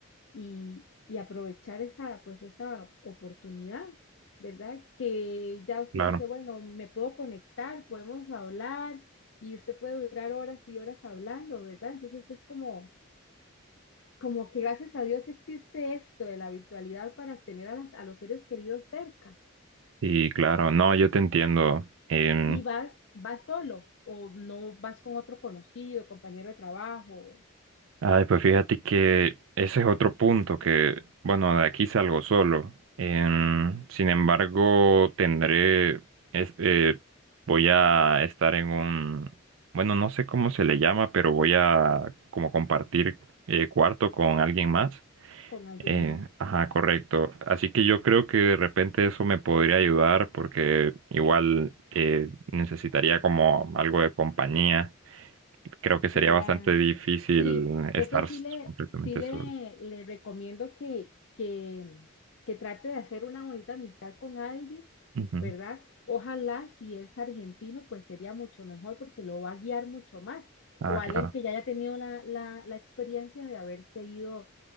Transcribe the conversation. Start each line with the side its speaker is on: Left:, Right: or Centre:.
Left: y, y aprovechar esa, pues, esa oportunidad, ¿verdad? Que ya usted
Right: claro,
Left: le dice, bueno, me puedo conectar, podemos hablar y usted puede durar horas y horas hablando, ¿verdad? Entonces es como, como que gracias a Dios existe esto de la virtualidad para tener a, las, a los seres queridos cerca
Right: sí, claro, no, yo te entiendo. Em,
Left: y vas, vas solo o no vas con otro conocido, compañero de trabajo.
Right: Ay, pues fíjate que ese es otro punto que, bueno, de aquí salgo solo. Em,
Left: Ajá.
Right: sin embargo, tendré, es- eh, voy a estar en un, bueno, no sé cómo se le llama, pero voy a como compartir eh, cuarto con alguien más.
Left: con alguien
Right: Eh,
Left: más.
Right: ajá, correcto. Así que yo creo que de repente eso me podría ayudar porque igual eh, necesitaría como algo de compañía. Creo que sería
Left: Claro.
Right: bastante difícil
Left: Sí,
Right: estar
Left: eso sí
Right: s-
Left: le,
Right: completamente
Left: sí le,
Right: solo.
Left: le recomiendo que, que, que trate de hacer una bonita amistad con alguien,
Right: Ujú.
Left: ¿verdad? Ojalá si es argentino, pues sería mucho mejor porque lo va a guiar mucho más.
Right: Ah,
Left: O alguien
Right: claro.
Left: que ya haya tenido la, la, la experiencia de haberse ido